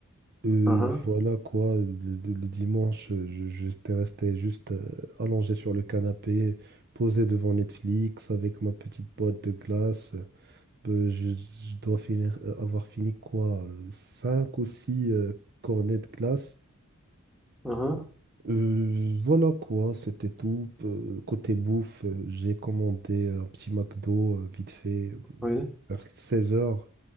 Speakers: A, on the right; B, in the centre.
A: Euh,
B: Uhum,
A: voilà quoi, le, le- le dimanche, euh, je, j'étais resté juste euh, allongé sur le canapé, posé devant Netflix avec ma petite boîte de glace. Euh, je, je dois finir, euh, avoir fini quoi, euh, 5 ou 6 cornets de glace.
B: uhum,
A: Euh, voilà quoi, c'était tout. Euh, côté bouffe, euh, j'ai commandé un petit McDo euh, vite fait euh,
B: oui.
A: vers 16 heures.